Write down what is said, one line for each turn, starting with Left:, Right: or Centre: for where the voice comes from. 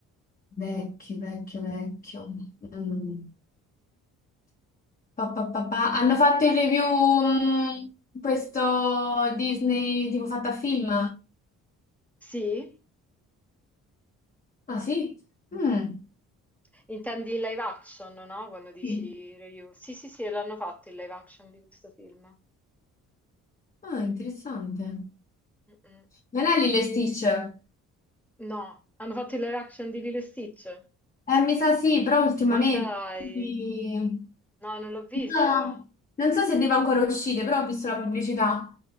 Left: Vecchio, vecchio, vecchio. Mm. Pa, pa, pa, pa. Hanno fatto il review, mm, questo Disney tipo fatta a film?
Centre: Sì?
Left: Ah sì? Mm.
Centre: Intendi il live action, no? Quando dici
Left: Sì.
Centre: review. Sì, sì, sì, l'hanno fatto il live action di questo film.
Left: Ah, interessante.
Centre: Mm-mm.
Left: Non è Lilo e Stitch?
Centre: No, hanno fatto il live action di Lilo e Stitch.
Left: Eh, mi sa sì, però ultimamente.
Centre: Ma dai,
Left: quindi-
Centre: no, non l'ho visto.
Left: Ah, non so se deve ancora uscire, però ho visto la pubblicità.